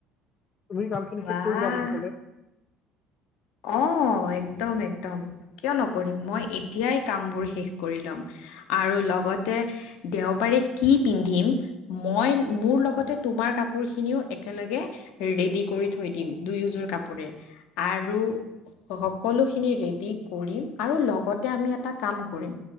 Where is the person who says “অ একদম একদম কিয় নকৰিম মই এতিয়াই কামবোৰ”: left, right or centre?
Left